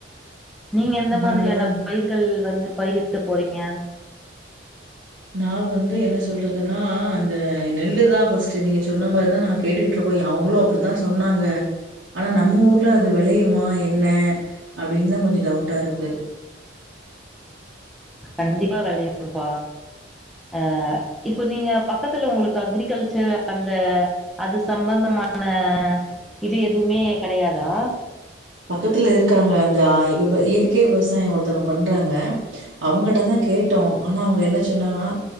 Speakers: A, in the centre; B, on the right.
A: நீங்க எந்த
B: அதனால
A: மாதிரியான
B: தான்
A: பயிர்கள் வந்து பயிரி டப்போறீங்க
B: நா வந்து என்ன சொல்றதுன்னா அந்த நெல்லுதா ஃபஸ்ட்டு நீங்க சொன்ன மாரிதா நாங்க கேட்டுக்கிட்டு இருக்கோ அவங்களு அப்பிடிதா சொன்னாங்க. ஆனா நம்ம ஊர்ல அது வெளையுமா என்ன அப்டின்னுதா கொஞ்சோ டவுட்டா இருக்கு
A: கண்டிப்பா வெளையும்ப்பா. ஆ இப்போ நீங்க பக்கத்துல உங்களுக்கு அக்ரிகல்ச்சர் அந்த அது சம்பந்தமான இது எதுவுமே கெடையாதா?
B: பக்கத்துல இருக்காங்க அந் த விவ இயற்கை விவ சாயோ ஒருத்தவங்க பண்றாங்க. அவங்ககிட்டதா கேட்டோ ஆனா அவங்க என்ன சொன்னாங்கன்னா